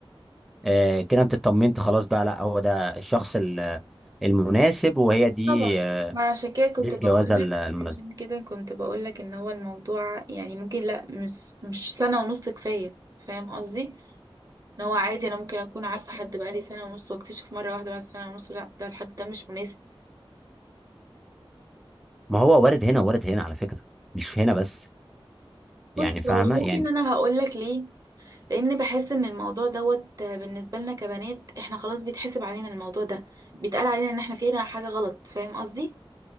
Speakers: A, in the centre; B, on the right.
A: آه، كده انت اطمنت خلاص بقى لا هو ده الشخص ال- المناسب وهي دي
B: طبعا
A: آه،
B: ما عشان كده كنت
A: دي الجوازه
B: بقولك
A: ال- المناسبه
B: عشان كده كنت بقولك ان هو الموضوع يعني ممكن لا مش مش سنة ونص كفاية فاهم قصدي ان هو عادي انا ممكن اكون عارفة حد بقالي سنة ونص واكتشف مرة واحدة بعد سنة ونص لا ده الحد ده مش مناسب
A: ما هو وارد هنا وارد هنا على فكره مش هنا بس يعني
B: بص
A: فاهمه
B: هو
A: يعني
B: ممكن انا هقولك ليه لان بحس ان الموضوع دوت بالنسبة لنا كبنات احنا خلاص بيتحسب علينا الموضوع ده بيتقال علينا ان احنا فينا حاجة غلط فاهم قصدي